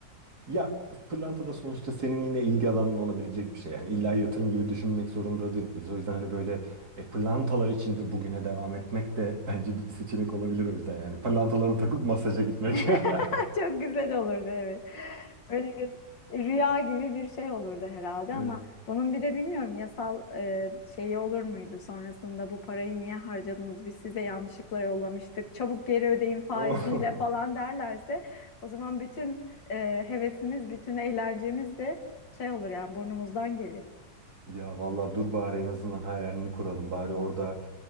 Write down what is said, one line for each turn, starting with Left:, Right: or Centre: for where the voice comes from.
Right: Ya pırlanta da sonuçta senin yine ilgi alanın olabilecek bir şey. Yani illa yatırım gibi düşünmek zorunda değiliz. O yüzden hani böyle e, pırlantalar içinde bugüne devam etmek de <laughs> bence bir seçenek olabilir o yüzden. Yani pırlantalarını takıp masaja gitmek.
Left: <laughs>
Right: <laughs>
Left: Çok güzel olurdu evet. Öyle bir rüya gibi bir şey olurdu herhalde
Right: Evet.
Left: ama bunun bir de bilmiyorum yasal e, şeyi olur muydu? Sonrasında bu parayı niye harcadınız? Biz size yanlışlıkla yollamıştık. Çabuk geri ödeyin faiziyle
Right: Oh.
Left: falan derlerse o zaman bütün e, hevesimiz, bütün eğlencemiz de şey olur yani burnumuzdan gelir.
Right: Ya vallahi dur bari en azından hayalini kuralım. Bari orada